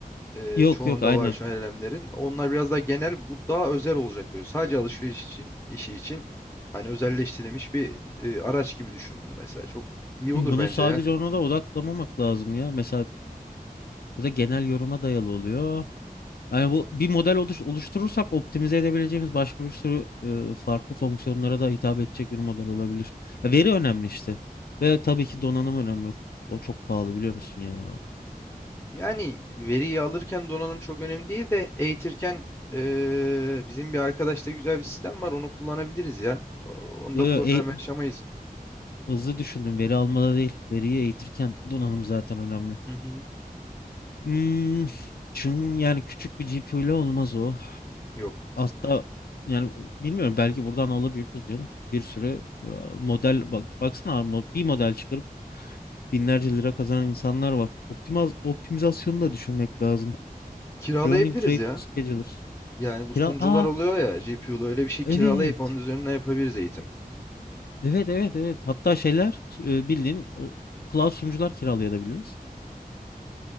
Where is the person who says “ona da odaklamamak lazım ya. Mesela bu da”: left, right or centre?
Left